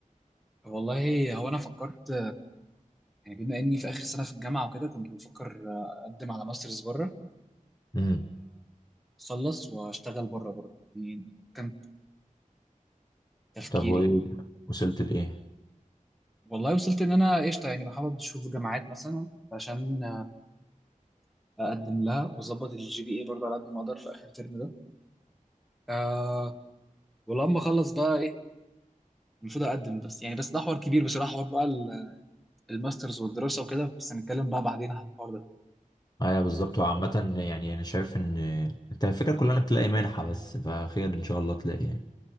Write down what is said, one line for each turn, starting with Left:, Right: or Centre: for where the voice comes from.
Centre: والله هو أنا فكرت يعني بما إني في آخر سنة في الجامعة وكده كنت بفكر أقدم على ماسترز بره
Left: امم
Centre: وأخلص وأشتغل بره برضه يعني كان تفكيري
Left: طب وإيه وصلت لإيه؟
Centre: والله وصلت إن أنا قشطة يعني بحاول أشوف جامعات مثلا عشان اقدم لها واظبط الجي بي اي برضه على قد ما اقدر في اخر ترم ده آه ولما اخلص بقى ايه المفروض اقدم بس يعني بس ده حوار كبير بصراحه حوار بقى ال- الماسترز والدراسه وكده بس هنتكلم بقى بعدين عن الحوار ده
Left: ايوه بالظبط وعامة يعني انا شايف ان آه، انت الفكرة كلها انك تلاقي منحة بس فخير ان شاء الله تلاقي يعني